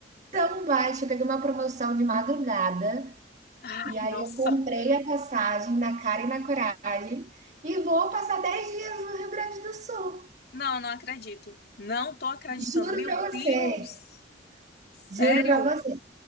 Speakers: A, on the right; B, on the left.
A: tão baixo. Eu peguei uma promoção de madrugada
B: Ai,
A: e aí
B: nossa.
A: eu comprei a passagem na cara e na coragem e vou passar 10 dias no Rio Grande do Sul.
B: Não, não acredito. Não tô acreditando.
A: Juro
B: Meu
A: para
B: Deus!
A: você,
B: Sério?
A: juro para você.